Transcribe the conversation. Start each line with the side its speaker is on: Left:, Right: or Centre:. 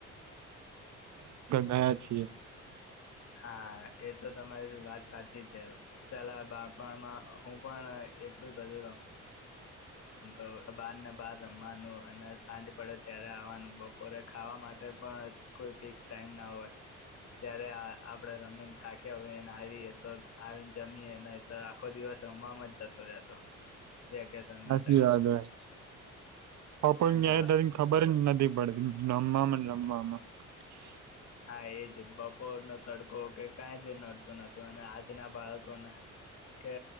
Right: <unintelligible> <unintelligible> <inaudible> <inaudible>
Left: હા, એ તો તમારી વાત. સાચી છે. પેહલા બાળપણમાં હું પણ એટલું જ બધું રમ. તો બારને બાર રમવાનું અને સાંજ પડે. ત્યારે આવવાનું બપોરે ખાવા માટે પણ કોઈ ફિક્સ ટાઈમ ના હોય. જ્યારે આપણેે રમીને થાક્યા હોયને આવીએ. તો આવીને જમીએ ન તો આખો દિવસ રમવાવામાં જ જતો રહેતો.. <unintelligible>
Right: <unintelligible>
Left: અને
Right: <unintelligible>
Left: હા, એ જ બપોરનો તડકો કે કઈ જ નડતું નતું. અને આજના બાળકોને કે